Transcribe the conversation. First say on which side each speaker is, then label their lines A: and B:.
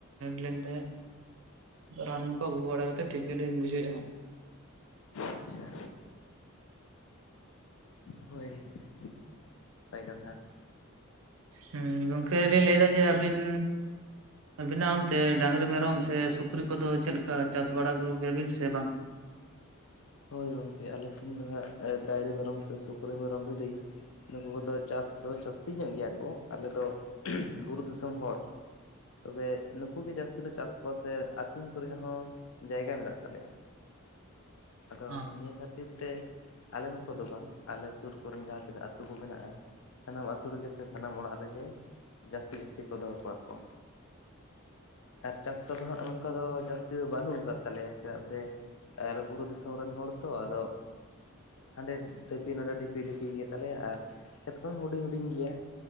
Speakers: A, on the right (about 65°); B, on the left (about 65°).
A: ᱞᱮᱱ ᱛᱟᱦᱮᱸᱫ ᱨᱟᱱ ᱠᱚ ᱟᱹᱜᱩ ᱵᱟᱲᱟ ᱠᱟ ᱠᱟᱛᱮ ᱴᱷᱤᱠ ᱜᱮᱞᱤᱧ ᱵᱩᱡᱷᱟᱹᱣᱮᱫ ᱦᱟᱸᱜ
B: ᱟᱪᱪᱷᱟ ᱦᱚᱭᱥ ᱱᱟᱯᱟᱭ ᱠᱟᱛᱷᱟ
A: ᱦᱩᱸ ᱜᱚᱝᱠᱮ ᱞᱤᱧ ᱞᱟᱹᱭ ᱫᱟ ᱡᱮ ᱟᱹᱵᱤᱱ ᱟᱵᱤᱱᱟᱜ ᱚᱱᱛᱮ ᱰᱟᱝᱨᱤ ᱢᱮᱨᱚᱢ ᱥᱮ ᱥᱩᱠᱨᱤ ᱠᱚᱫᱚ ᱪᱮᱫ ᱞᱠᱟ ᱪᱟᱥ ᱵᱟᱲᱟ ᱠᱚᱜᱮ ᱭᱟᱵᱤᱱ ᱥᱮ ᱵᱟᱝ <inaudible>
B: ᱦᱳᱭ ᱜᱚᱝᱠᱮ ᱟᱞᱮ ᱥᱮᱱ ᱫᱚ ᱦᱟᱸᱜ ᱰᱟᱨᱤ ᱢᱮᱨᱚᱢ ᱥᱮ ᱥᱩᱠᱨᱤ ᱢᱮᱨᱚᱢ ᱵᱷᱤᱰᱤ ᱱᱩᱠᱩ ᱠᱚᱫᱚ ᱪᱟᱥ ᱫᱚ ᱡᱟᱹᱥᱛᱤ ᱧᱚᱜ ᱜᱮᱭᱟ ᱠᱚ ᱟᱞᱮ ᱫᱚ ᱵᱩᱨᱩ ᱫᱤᱥᱚᱢ ᱦᱚᱲ ᱛᱚᱵᱮ ᱱᱩᱠᱩ ᱜᱮ ᱡᱟᱥᱛᱤ ᱞᱮ ᱪᱟᱥ ᱠᱚᱣᱟ ᱥᱮ ᱟᱛᱤᱧ ᱠᱚᱨᱮ ᱦᱚᱸ ᱡᱟᱭᱜᱟ ᱢᱮᱱᱟᱜ ᱛᱟᱞᱮᱭᱟ ᱟᱫᱚ
A: ᱚ
B: ᱱᱤᱭᱟᱹ ᱠᱷᱟᱹᱛᱤᱨ ᱛᱮ ᱟᱞᱮ ᱢᱚᱛᱚ ᱫᱚ ᱵᱟᱝ ᱟᱞᱮ ᱥᱩᱨ ᱠᱚᱨᱮᱱ ᱡᱟᱦᱟᱸ ᱛᱤᱱᱟᱹᱜ ᱟᱹᱛᱩ ᱠᱚ ᱢᱮᱱᱟᱜᱼᱟ ᱥᱟᱱᱟᱢ ᱟᱛᱳ ᱨᱮᱜᱮ ᱥᱮ ᱥᱟᱱᱟᱢ ᱚᱲᱟᱜ ᱨᱮᱜᱮ ᱡᱟᱥᱛᱤ ᱡᱟᱥᱛᱤ ᱠᱚ ᱫᱚᱦᱚ ᱠᱚᱣᱟ ᱠᱚ ᱟᱨ ᱪᱟᱥ ᱠᱚᱫᱚ ᱦᱟᱸᱜ ᱱᱚᱝᱠᱟ ᱫᱚ ᱡᱟᱹᱥ ᱞᱛᱤ <unintelligible> ᱫᱚ ᱵᱟᱱᱩᱜ ᱟᱠᱟᱫ ᱛᱟᱞᱮᱭᱟ ᱪᱮᱫᱟᱜ ᱥᱮ ᱟᱨ ᱵᱩᱨᱩ ᱫᱤᱥᱚᱢ ᱨᱮᱱ ᱦᱚᱲ ᱛᱚ ᱟᱫᱚ ᱦᱟᱸᱰᱮ ᱰᱷᱤᱯᱤ ᱱᱚᱰᱮ ᱰᱷᱤᱤᱯᱤ ᱰᱷᱤᱯᱤ ᱜᱮ ᱛᱟᱞᱮᱭᱟ ᱟᱨ ᱠᱷᱮᱛ ᱠᱚᱦᱚᱸ ᱦᱩᱰᱤᱧ ᱦᱩᱰᱤᱧ ᱜᱮᱭᱟ